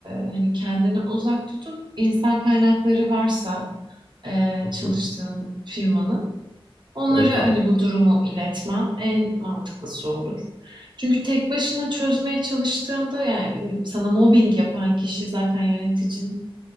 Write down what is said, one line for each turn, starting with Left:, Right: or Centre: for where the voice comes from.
Right: hani kendini uzak tutup insan kaynakları varsa e,
Left: hı
Right: çalıştığın
Left: hı.
Right: firmanın Onlara
Left: Evet var.
Right: hani bu durumu iletmen en mantıklısı olur. Çünkü tek başına çözmeye çalıştığında yani hani, sana mobbing yapan kişi zaten yöneticin